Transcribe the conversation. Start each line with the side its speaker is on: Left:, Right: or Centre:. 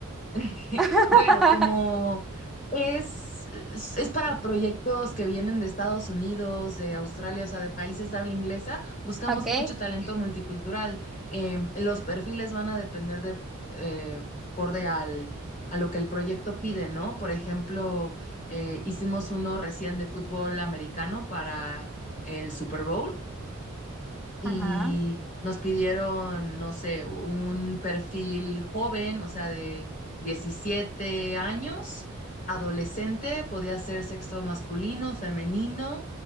Left: <laughs>
Centre: <laughs>
Left: Bueno, como es, es, es para proyectos que vienen de Estados Unidos, de Australia, o sea, de países de habla inglesa, buscamos
Centre: Ok,
Left: mucho talento multicultural. Em, los perfiles van a depender de, eh, acorde al, a lo que el proyecto pide, ¿no? Por ejemplo, eh, hicimos uno recién de fútbol americano para el Super Bowl y
Centre: ajá,
Left: nos pidieron, no sé, un perfil joven, o sea, de 17 años, adolescente, podía ser sexo masculino, femenino